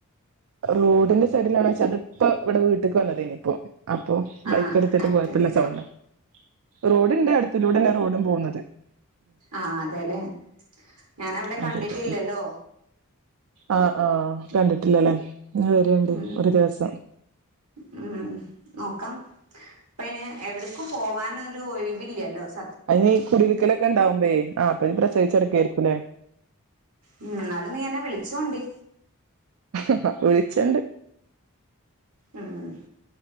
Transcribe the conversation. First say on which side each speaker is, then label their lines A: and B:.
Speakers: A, on the right (about 65°); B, on the right (about 85°).
A: റോഡിന്റെ സൈഡിലാണോച്ച അതിപ്പ ഇവിടെ വീട്ടിക്ക് വന്നതായ്ന് ഇപ്പോ അപ്പോ
B: ആ
A: ബൈക്ക് എടുത്തിട്ട്
B: അത്
A: പോയപ്പോല്ല
B: ശരി
A: സൗണ്ടാ റോഡിണ്ട് അടുത്തിലൂടെന്നെയ റോഡും പോവുന്നത്.
B: ആഹ് അതെല്ലേ ഞാനവിടെ കണ്ടിട്ടില്ലല്ലോ
A: അതെ അതെ അ ആ ആഹ് കണ്ടിട്ട് ട്ടില്ലലേ ഇങ്ങൾ വരെണ്ടി
B: ഉം
A: ഒരു ദിവസം
B: ഉം നോക്കാം ഇപ്പ അയ്ന് എവിടെക്കും പോവാന് ഒരു ഒയിവി ഇല്ലല്ലോ സ്
A: അതിന് കുടിയിലിക്കലൊക്കെണ്ടാവുമ്പയേ ആ അപ്പൊ നീ പ്രസവിച്ചെ ക്കെ ആരിക്കുല്ലെ
B: ഉം എന്നാലും നീ എന്നെ വിളിച്ചോണ്ടി
A: ഹാ വിളിച്ചണ്ട്
B: ഉം